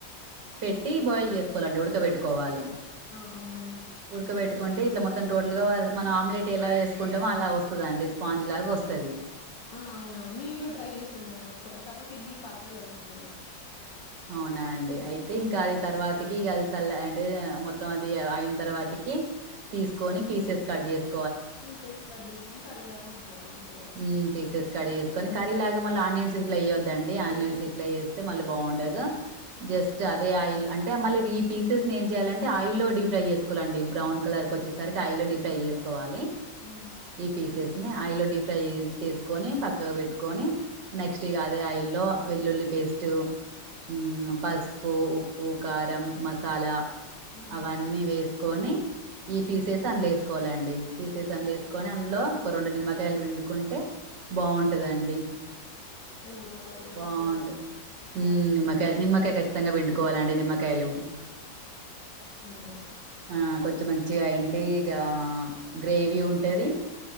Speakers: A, on the right; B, on the left.
A: పెట్టి బాయిల్ చేసుకోవాలండి ఉడకబెట్టుకోవాలి
B: ఆ అవున
A: ఉడకబెట్టుకుంటే ఇట్లా మొత్తం టోటల్ గా మనం ఆమ్లెట్ ఎలా వేసుకుంటామో అలా వస్తదండి స్పాంజ్ లాగా వస్తది
B: ఆ అవునవును నేను కూడా ట్రై చేసాను మేడం ఒకసారి కాకపోతే ఇడ్లీ పాత్రలో పెట్టినా నేను
A: అవునా అండి అయితే
B: ఆ
A: ఇంకా అది తర్వాతకి కలి తెల్ల అంటే మొత్తం అది అయిన తర్వాత కి తీసుకొని పీసెస్ కట్ చెస్
B: పీసెస్ కట్ చేసుకొని కర్రీలాగా వండుకోవాలంటే
A: మ్మ్ పీసెస్ కడి చేసుకొని కర్రీ లాగా మళ్ళ ఆనియన్స్ ఇట్లాయ్యొద్దండి ఆనియన్స్
B: ఏయొద్దు
A: ఇట్ల ఏస్తే మళ్ళీ బాగుండదు
B: అవును
A: జస్ట్ అట్లే అదే ఆయిల్ లో అంటే మళ్ళీ ఈ పీసెస్ నీ ఏం చేయాలంటే ఆయిల్లో డీ ఫ్రై చేసుకోలండి బ్రౌన్ కలర్ కు వచ్చే సరికి ఆయిల్లో డీప్ ఫ్రై చేసుకోవాలి
B: మ్మ్
A: ఈ పీసెస్ ని ఆయిలో డీ ఫ్రై చేసుకొని పక్కకు పెట్టుకొని నెక్స్ట్ ఇగ అదే ఆయిల్లో వెల్లుల్లి పేస్ట్ మ్మ్ పసుపు ఉప్పు కారం మసాలా
B: ఉమ్
A: అవన్నీ వేస్ కోని ఈ పీసేస్ అందుల వేసుకోవాల అండి పీసేస్ అన్నలో వేసుకొని అందులో ఒక రెండు నిమ్మకాయలు పిండి కుంటే బాగుంటదండి
B: రెండు నిమ్మకాయలు పిండుకుంటే
A: బాగుంటది
B: బా
A: మ్మ్
B: ఉమ్
A: నిమ్మకాయలు నిమ్మకాయ ఖచ్చితంగా పిండుకోవాలండి నిమ్మకాయలు
B: అవునండి
A: ఆ కొంచెం మంచిగా ఏంటి ఆ ఇక గ్రేవీ ఉంటేది